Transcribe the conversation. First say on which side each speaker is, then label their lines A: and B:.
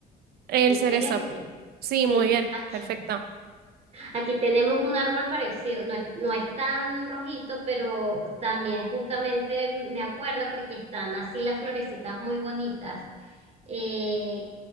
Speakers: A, on the right (about 65°); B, on the right (about 35°).
A: El
B: el
A: cerezo.
B: cerezo.
A: Sí,
B: Sí,
A: muy bien,
B: aquí.
A: perfecto.
B: Aquí tenemos un árbol parecido, no es, no es tan rojito, pero también justamente me acuerdo porque están así las florecitas muy bonitas, eh,